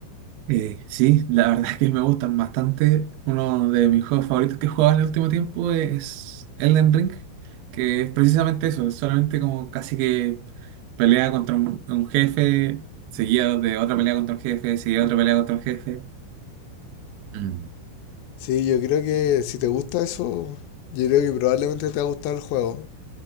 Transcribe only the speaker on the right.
Eh, sí, la verdad es que me gustan bastante. Uno de mis juegos favoritos que he jugado en el último tiempo es Elden Ring, que es precisamente eso, es solamente como casi que pelea contra un, un jefe, seguido de otra pelea contra un jefe, seguida de otra pelea contra un jefe. Mm.